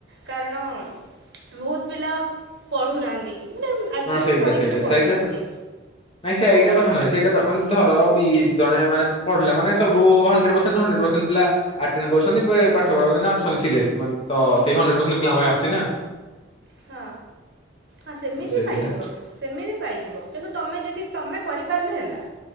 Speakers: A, on the right; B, on the left.
A: କାରଣ ବହୁତ ପିଲା ପଢ଼ୁନାହାଁନ୍ତି ମାନେ ଆଡ଼ମିସନ୍
B: ହଁ ସେଇଟା
A: କରିକି
B: ସେଇଟା
A: ବି ପଢ଼ୁନାହାନ୍ତି
B: ସୋଇଟା ତ ସେଇଟା
A: ତାହେଲେ
B: ତ ମାନେ ଧର ବି ଜଣେ ମାନେ ପଢ଼ିଲା ମାନେ ସବୁ ହଣ୍ଡ୍ରେଟ୍ ପରସେଣ୍ଟେ ହଣ୍ଡ୍ରେଟ୍ ପରସେଣ୍ଟ ପିଲା ଆଟେଣ୍ତେ କରଛନ୍ତି ପ୍ରାୟେ ପାଠ ପଢା ମାନେଅଛନ୍ତି ସିରିଏଲ୍ ମାନେ ତ
A: ହୁଁ
B: ସେଇ
A: ହୁଁ
B: ହଣ୍ଡ୍ରେଟ୍ ପରସେଣ୍ଟେ ପିଲାଙ୍କ ପାଇଁ ଆସିନା
A: ହଁ ହଁ ସେମିତି
B: ସେଇଟା
A: ପାଇଯିବ। ସେମିତି ପାଇଯିବ କିନ୍ତୁ ତମେ ଯଦି ତମେ କରିପାରିଲେ ହେଲା